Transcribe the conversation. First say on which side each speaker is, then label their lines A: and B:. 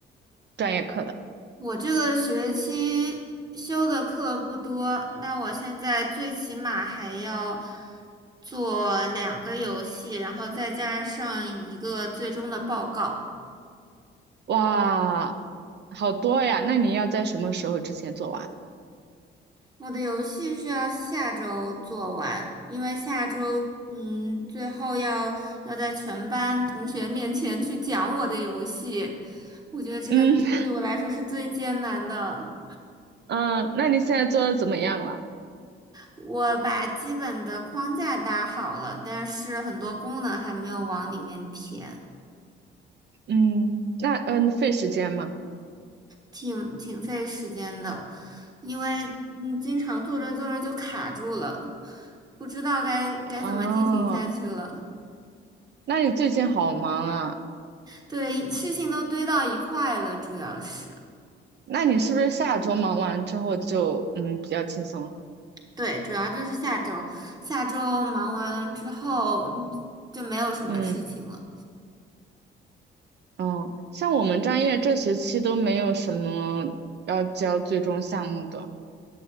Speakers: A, on the right (about 60°); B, on the right (about 20°).
A: 专业课的？
B: 我这个学期修的课不多，那我现在最起码还要做两个游戏，然后再加上一个最终的报告。
A: 哇，好多呀。那你要在什么时候之前做完？
B: 我的游戏是要下周做完，因为下周嗯，最后要要在全班同学面前去讲我的游戏，我觉得这个对我来说是最艰难的。
A: 嗯 <laughs> 嗯，那你现在做的怎么样了？
B: 我把基本的框架搭好了，但是很多功能还没有往里面填，
A: 嗯，那嗯，费时间吗？
B: 挺挺费时间的，因为嗯，经常做着做着就卡住了，不知道该该怎么进行下去了。
A: 哦，那你最近好忙啊？
B: 对，事情都堆到一块了，主要是，
A: 那你是不是下周忙完之后就嗯比较轻松了？
B: 对，主要就是下周，下周忙完了之后，嗯就没有什么事情了，
A: 嗯哦，像我们专业这学期都没有什么要交最终项目的。